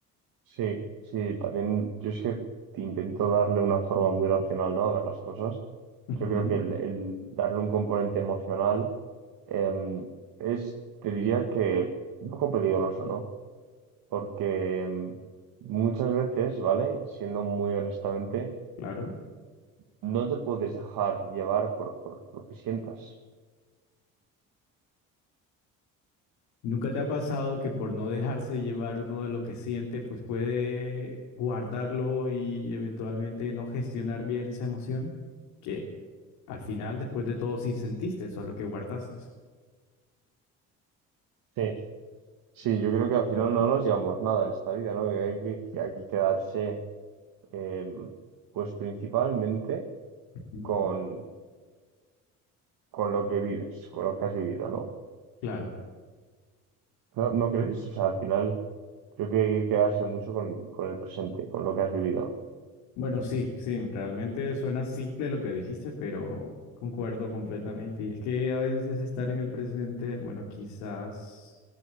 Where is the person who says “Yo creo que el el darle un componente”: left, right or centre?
Right